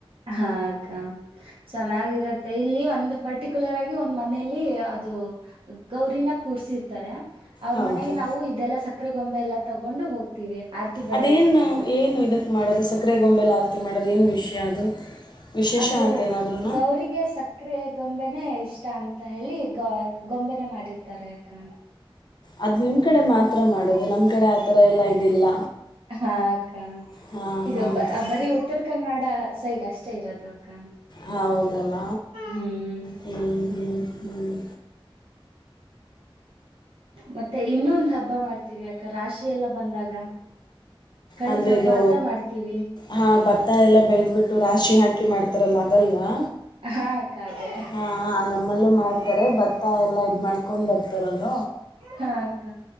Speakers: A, on the right; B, on the left.
A: ಹಾಕ್ಕ ಚೆನ್ನಾಗಿರತ್ತೆ ಇಲ್ಲಿ ಒಂದು. ಪರ್ಟಿಕ್ಯುಲರ್ ಆಗಿ ಒಂದ್ ಮನೆಯಲ್ಲಿ ಅದು ಗೌರಿನ ಕೂರ್ಸಿರ್ತಾರೆ. ಅವ್ರ
B: ಹೌದಾ
A: ಮನೆಗೆ ನಾವು ಇದೆಲ್ಲ ಸಕ್ಕರೆ ಗೊಂಬೆ ಎಲ್ಲ ತಗೊಂಡು ಹೋಗ್ತೀವಿ. ಆರ್ತಿ ಬೆಳಗಕ್ಕೆ
B: ಅದೇನು
A: ಅಂತ
B: ಏನು ಇದಕ್ ಮಾಡೋದು ಸಕ್ಕರೆ ಗೊಂಬೆಲ ಆತಿ ಮಾಡೋದು. ಅದೇನು ವಿಷಯ ಅದು. ವಿಶೇಷ
A: ಅದು
B: ಅಂತೇನಾದ್ರೂ
A: ಗೌರಿಗೆ ಸಕ್ಕರೆ ಗೊಂಬೆನೆ ಇಷ್ಟ ಅಷ್ಟ ಅಂತ ಹೇಳಿ ಗೊಂಬೆನೆ ಮಾಡಿರ್ತಾರೆ ಅಕ್ಕ
B: ಅದು ನಿಮ್ಮ ಕಡೆ ಮಾತ್ರ ಮಾಡೋದು ನಮ್ಮ ಕಡೆ ಆತರ ಎಲ್ಲಾ ಇದಿಲ್ಲ
A: ಹಾ ಅಕ್ಕ
B: ಹಾ
A: ಇದು
B: ಹೌದು
A: ಬರೀ ಉತ್ತರ ಕನ್ನಡ ಸೈಡ್ ಅಷ್ಟೇ ಇರೋದು ಅಕ್ಕ
B: ಹೌದಲ್ಲ
A: ಹ್ಮ್
B: ಹ್ಮ್ ಹ್ಮ್ ಹ್ಮ್
A: ಮತ್ತೆ ಇನ್ನೊಂದ್ ಹಬ್ಬ ಮಾಡ್ತೀವಿ ಅಕ್ಕ ರಾಶಿ ಎಲ್ಲ ಬಂದಾಗ ಕಣ್ಣದ
B: ಅಂದ್ರೆ
A: ಹಬ್ಬ
B: ಇದು
A: ಅಂತ ಮಾಡ್ತೀವಿ
B: ಹಾ ಭತ್ತ ಎಲ್ಲ ಬೆಳೆದಬಿಟ್ಟು ರಾಶಿ ಹಾಕಿ ಹಾಕಿ ಮಾಡ್ತಾರಲ್ಲ ಅದಲ್ವಾ
A: ಹಾ ಅಕ್ಕ ಅದೇ
B: ಹಾ ನಮ್ಮಲ್ಲೂ ಮಾಡ್ತಾರೆ ಭತ್ತ ಎಲ್ಲ ಇದು ಮಾಡ್ಕೊಂಡು ಬರ್ತಾರಲ್ಲ
A: ಹಾ ಅಕ್ಕ